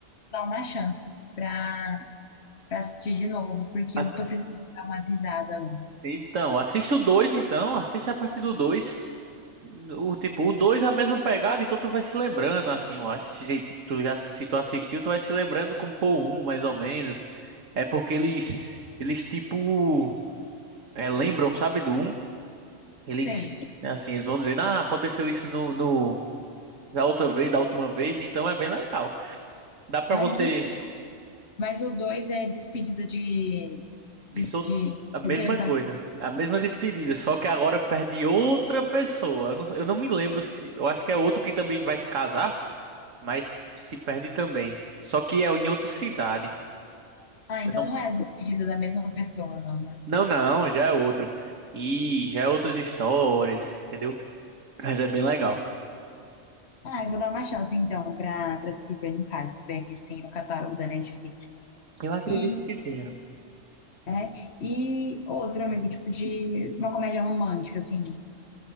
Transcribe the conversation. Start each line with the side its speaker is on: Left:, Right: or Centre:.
Left: dar uma chance pra, pra assistir de novo, porque
Right: Assi-
Left: eu tô precisando dar umas risadas hoje.
Right: Então, assista o 2 então, assiste a partir do dois O tipo, o 2 é a mesma pegada, então tu vai se lembrando, assim, eu acho. Se, je- tu já, se tu assistiu, tu vai se lembrando como foi o 1, mais ou menos. É porque eles, eles tipo, é, lembram, sabe, do um Eles,
Left: Sei.
Right: é assim, eles vão dizendo, ah, aconteceu isso no, no da outra vez, da última vez, então é bem legal. Dá pra
Left: Mas
Right: você
Left: o, mas o dois é despedida de, de,
Right: disso
Left: de
Right: a mesma
Left: roteiro
Right: coisa,
Left: também.
Right: a mesma despedida, só que agora perde outra pessoa. Eu não, eu não me lembro se, eu acho que é outro que também vai se casar, mas se perde também. Só que é em outra cidade.
Left: Ah,
Right: Eu
Left: então
Right: não,
Left: não é despedida da mesma pessoa, não, né?
Right: não, não, já é outro. E já é outras histórias, entendeu? Mas é bem legal.
Left: Ah, eu vou dar uma chance então para para se beber no caso, vou ver aqui se tem no catálogo da Netflix.
Right: Eu acredito
Left: E,
Right: que tenha.
Left: é, e outro amigo, tipo de uma comédia romântica, assim.